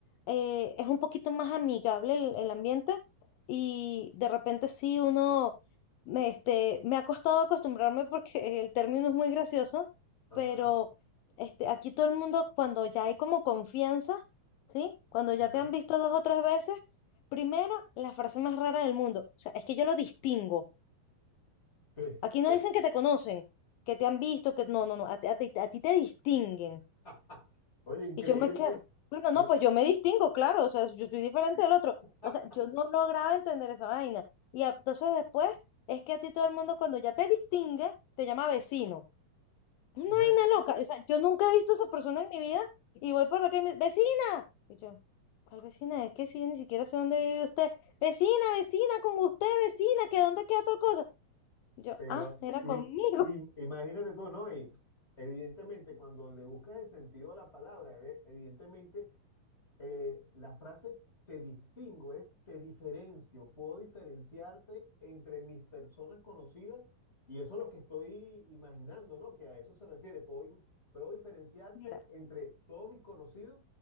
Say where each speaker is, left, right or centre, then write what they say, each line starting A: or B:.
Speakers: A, on the left; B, on the left.
A: eh, es un poquito más amigable el, el ambiente y de repente sí uno, me, este, me ha costado acostumbrarme porque el término es muy gracioso,
B: Ajá,
A: pero este, aquí todo el mundo cuando ya hay como confianza, ¿sí? Cuando ya
B: ajá.
A: te han visto dos o tres veces, primero la frase más rara del mundo, o sea, es que yo lo distingo.
B: sí
A: Aquí no dicen que te conocen, que te han visto, que no, no, no, a, ti a ti- a ti te distinguen.
B: <laughs> Oye, increíble.
A: Y yo me quedo, bueno,
B: Me-
A: no, pues yo me distingo, claro, o sea, yo soy diferente del otro.
B: <laughs>
A: O sea, yo no lograba entender esa vaina. Y a- entonces después es que a ti todo el mundo cuando ya te distingue, te llama vecino. Una
B: Bueno,
A: vaina loca. O sea, yo nunca he visto a esa persona en mi vida y voy por acá y me vecina. Y yo, ¿cuál vecina? Es que si yo ni siquiera sé dónde vive usted. Vecina, vecina, con usted, vecina, que dónde queda tal cosa. Y yo,
B: pero
A: ah, era
B: im-
A: conmigo.
B: im- imagínate tú, ¿no? Y evidentemente, cuando le buscas el sentido a la palabra, eve- evidentemente eh, la frase te distingo es te diferencio, puedo diferenciarte entre mis personas conocidas y eso es lo que estoy imaginando, ¿no? Que a eso se refiere, puedo, puedo diferenciarte
A: <laughs> Mira.
B: entre todos mis conocidos